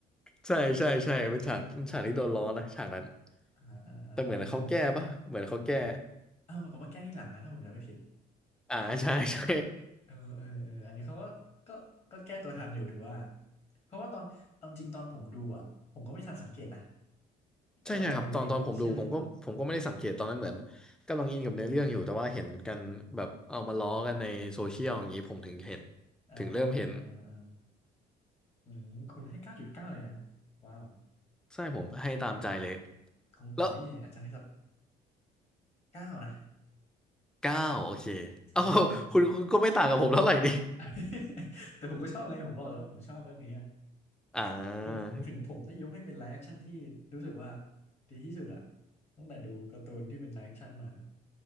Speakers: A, in the centre; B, on the left (about 40°).
A: ใช่ใช่ใช่เป็นฉากเป็นฉากที่โดนล้อนะฉากนั้น
B: อ่าอ่าอ่าเออเออ
A: แต่เหมือนเขาแก้ปะเหมือนเขาแก้
B: อ้าวมันเขามาแก้ที่หลังนะถ้าผมจำไม่ผิด
A: อ่าใช่ <laughs> ใช่
B: เออเออเอออันนี้เขาก็ก็ก็แก้ตัวทันอยู่ถือว่าเพราะว่าตอนเอาจริงตอนผมดูอ่ะผมก็ไม่ทันสังเกตนะ
A: ใช่ใช่ครับตอนตอนผมดูผมก็ผมก็ไม่ได้สังเกตตอนนั้นเหมือน
B: ตอนเราดูเองอ่ะใช่ไหม
A: กำลังอินกับเนื้อเรื่องอยู่แต่ว่าเห็นกันแบบเอามาล้อกันในโซเชียลอย่างนี้ผมถึงเห็น
B: อ่าอ่าอ่าอ่า
A: ถึงเริ่มเห็น
B: อืมคุณให้เก้าจุดเก้าเลยนะว้าว
A: ใช่ผมให้ตามใจเลย
B: ของผมนี่อาจจะให้สัก
A: แล้ว
B: เก้านะ
A: เก้าโอเค <laughs>
B: ใช่ใช่ใช่
A: เอ้าคุณคุณก็ไม่ต่างกับผมเท่าไหร่ดิ
B: <laughs> แต่ผมก็ชอบไงผมบอกแล้วว่าผมชอบเรื่องนี้อะ
A: อ่า
B: คือถึงผมได้ยกให้เป็นไลฟ์แอคชั่นที่รู้สึกว่าดีที่สุดอะตั้งแต่ดูการ์ตูนที่เป็นไลฟ์แอคชั่นมา